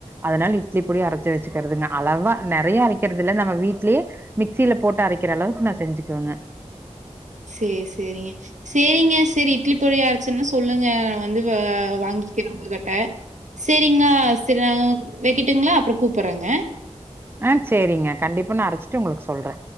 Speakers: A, on the right (about 20°); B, on the right (about 80°).
A: அதனால இட்லி பொடி அரச்சு வச்சுக்கறதுங்க அளவா நெறய அரக்கிறது இல்ல நம்ம வீட்லயே மிக்சில போட்டு அரக்கிற அளவுக்கு நா செஞ்சுக்குவேங்க
B: சேர் செரிங்க சேரிங்க செரி இட்லி பொடி அரச்சுனா சொல்லுங்க நா வந்து வா வாங்கிக்கிறே ஒங்ககிட்ட சேரிங்க செரி நா வெக்கட்டுங்களா அப்றோ கூப்டுறேங்க
A: ஆ சேரிங்க கண்டிப்பா நா அரச்சிட்டு உங்களுக்கு சொல்றே